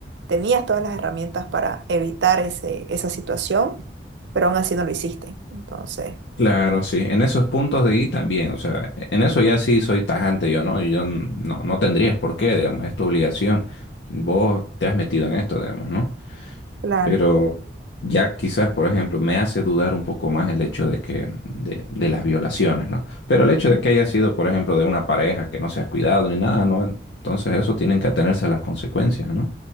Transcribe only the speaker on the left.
Claro, sí. En esos puntos de ahí también, o sea, en eso ya sí soy tajante yo, ¿no? Yo n- no, no tendrías por qué, digamos, es tu obligación. Vos te has metido en esto, digamos, ¿no?
Pero ya quizás, por ejemplo, me hace dudar un poco más el hecho de que, de, de las violaciones, ¿no? Pero el hecho de que haya sido, por ejemplo, de una pareja que no se ha cuidado ni nada, ¿no? Entonces eso tienen que atenerse a las consecuencias, ¿no?